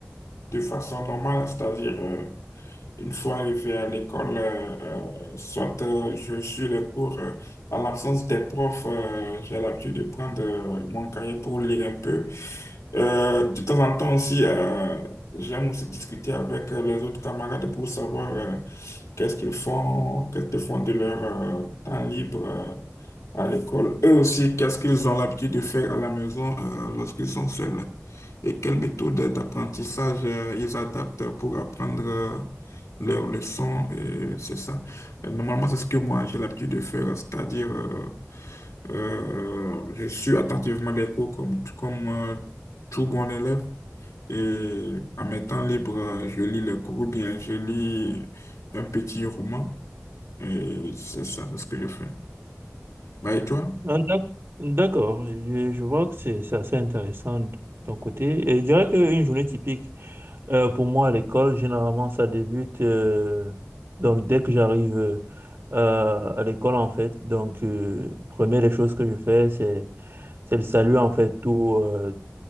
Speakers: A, on the left; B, on the right.
A: de façon normale, c'est-à-dire euh, une fois arrivé à l'école, euh, euh, soit euh, je suis les cours, euh, en l'absence des profs, euh, j'ai l'habitude de prendre euh, mon cahier pour lire un peu. Euh, de temps en temps aussi, euh, j'aime aussi discuter avec euh, les autres camarades pour savoir euh, qu'est-ce qu'ils font, qu'est-ce qu'ils font de leur euh, temps libre. euh, à l'école. Eux aussi, qu'est-ce qu'ils ont l'habitude de faire à la maison euh, lorsqu'ils sont seuls et quelles méthodes d'apprentissage euh, ils adaptent pour apprendre euh, leurs leçons. Et c'est ça. Euh, Normalement, c'est ce que moi, j'ai l'habitude de faire, c'est-à-dire euh, euh, je suis attentivement les cours comme, comme euh, tout bon élève et à mes temps libres, euh, je lis les cours ou bien je lis un petit roman. Et c'est ça, c'est ce que je fais. Bah, et toi?
B: Ah, d'ac- D'accord, je, je vois que c'est c'est assez intéressant de ton côté. Et je dirais qu'une journée typique. Euh, pour moi, à l'école, généralement, ça débute euh, donc dès que j'arrive euh, euh, à l'école, en fait. Donc, euh, première des choses que je fais, c'est c'est le salut, en fait, tous euh,